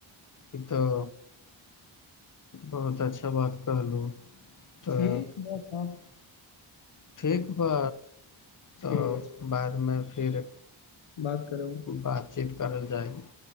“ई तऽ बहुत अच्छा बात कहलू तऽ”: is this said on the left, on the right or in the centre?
Left